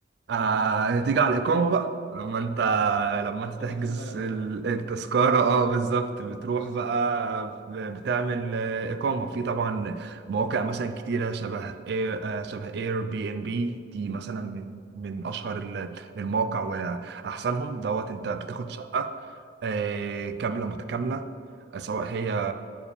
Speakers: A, on the right; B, on the left.
A: آه تيجي على الإقامة بقى لما انت
B: مم.
A: لما
B: اقامه
A: انت تحجز
B: البلد
A: ال-
B: بقى
A: التذكرة اه بالظبط بتروح
B: بالظبط
A: بقى
B: انت هت-
A: ب- بتعمل آه، إقامة في طبعا مواقع مثلا كتيرة شبه اير آه، شبه اير بي ان بي دي مثلا
B: مم.
A: من من أشهر ال- المواقع وأحسنهم دوت انت بتاخد شقة آه، كاملة متكاملة سواء هي